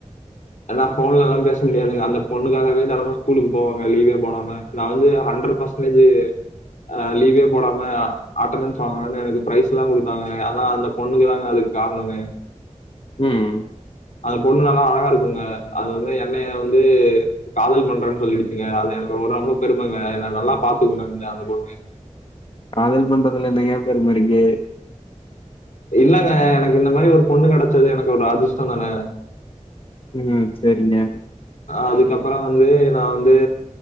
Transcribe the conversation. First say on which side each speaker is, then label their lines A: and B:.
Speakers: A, on the left; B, on the left.
A: அதா போன்லல்லா பேச முடியாதுங் அந்த பொண்ணுக்காகவே தெனமு ஸ்கூலுக்கு போவங்க லீவே போடாம நா வந்து ஹண்டரட் பர்சன்டேஜூ அ லீவே போடாம அட்டணன்ஸ் வாங்னனு எனக் பிரைஸ்ல்லா குடுத்தாங்க ஆனா அந்த பொண்ணுங் தாங்க அதுக் காரணமே
B: ம் ம்
A: அது பொண்ணு நல்லா அழகா இருக்குங்க அது வந்து எண்ணெய வந்து காதல் பண்றேன்னு சொல்லிடுச்சுங்க அது எனக்கு ஒரு ரொம்ப பெருமைங்க என்ன நல்லா பாத்துக்குங்க அந்த அந்த பொண்ணு
B: காதல் பண்றதுல என்னங்க பெருமருக்கு
A: இல்லங்க எனக்கு இந்த மாரி ஒரு பொண்ணு கெடைச்சது எனக் ஒரு அதிஷ்டந்தான
B: ம் சேரிங்க
A: அதுக்கப்றோ வந்து நா வந்து